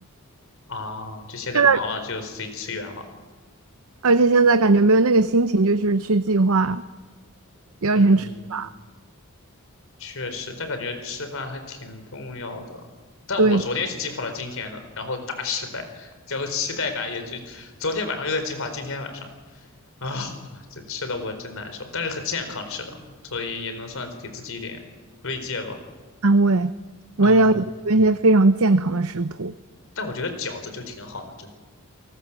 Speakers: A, on the left (about 60°); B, on the right (about 70°).
A: 啊，就现在忙了，
B: 现在
A: 就随随缘了。
B: 而且现在感觉没有那个心情，就是去计划第二天吃吧，
A: 嗯，确实，但感觉吃饭还挺重要的。但我昨天是计划了今天的，
B: 对，
A: 然后大失败，然后期待感也就昨天晚上就在计划今天晚上啊，这吃的我真难受，但是很健康吃的，所以也能算给自己一点慰藉吧。
B: 安慰。
A: 啊，
B: 我也要有一些非常健康的食谱。
A: 但我觉得饺子就挺好的，真的，